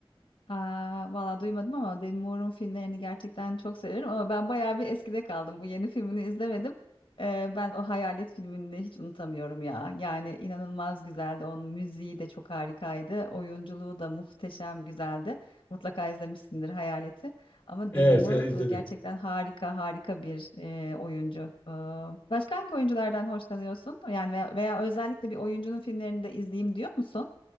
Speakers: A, on the left (about 65°); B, on the left (about 20°).
A: Aa, valla duymadım ama Demi Moore'un filmlerini gerçekten çok severim ama ben bayağı bir eskide kaldım. Bu yeni filmini izlemedim. Ee, ben o Hayalet filmini hiç unutamıyorum ya. Yani inanılmaz güzeldi. Onun müziği de çok harikaydı. Oyunculuğu da muhteşem güzeldi. Mutlaka izlemişsindir Hayalet'i. Ama
B: Evet,
A: Demi Moore
B: e, izledim.
A: e, gerçekten harika harika bir e, oyuncu. Ee, başka hangi oyunculardan hoşlanıyorsun? Yani veya, veya özellikle bir oyuncunun filmlerini de izleyeyim diyor musun?